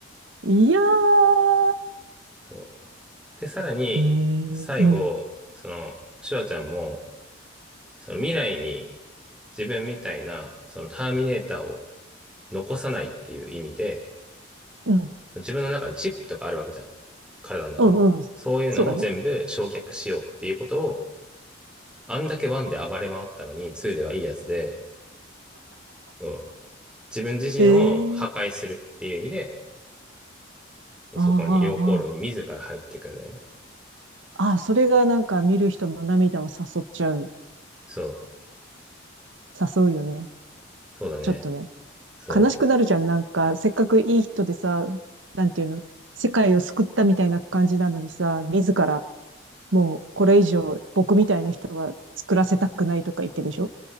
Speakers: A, on the right; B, in the centre.
A: いやー、
B: う、そう。で、さらに、
A: ええ、
B: 最後、
A: うん、
B: その、シュワちゃんも、その未来に自分みたいな、そのターミネーターを残さないっていう意味で、
A: うん、う
B: 自分の中にチップとかあるわけじゃん。体の中に。
A: ん、うん。
B: そういうのも全部焼却しようっていうことを、
A: そうだね。
B: あんだけ1で暴れ回ったのに2ではいいやつで、そう自分自身を破壊するっていう意味で、
A: ええ
B: こうそこに、
A: ああ、ああ、
B: 溶鉱炉に自ら入っていくんだよね。
A: ああ。それがなんか見る人の涙を誘っちゃう。
B: そう。
A: 誘うよね。
B: そうだね。
A: ちょっとね。
B: そう。
A: 悲しくなるじゃん。なんか、せっかくいい人でさ、なんていうの、世界を救ったみたいな感じなのにさ、自ら、もうこれ以上僕みたいな人は作らせたくないとか言ってるでしょ